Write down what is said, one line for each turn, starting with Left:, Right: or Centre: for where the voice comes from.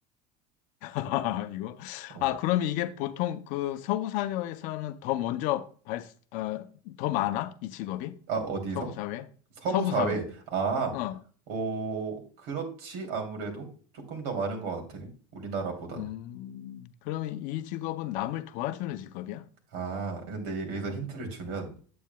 Left: <laughs> 아, 이거.
Right: 어,
Left: 아, 그러면 이게 보통 그 서구 사회에서는 더 먼저 발, 아, 더 많아? 이 직업이?
Right: 아, 어디서?
Left: 서구 사회?
Right: 서부
Left: 서구
Right: 사회.
Left: 사회.
Right: 아,
Left: 어.
Right: 어, 그렇지, 아무래도 조금 더 많은 것 같아. 우리나라보다는.
Left: 음, 그럼 이 직업은 남을 도와주는 직업이야?
Right: 아, 근데 여기서 힌트를 주면,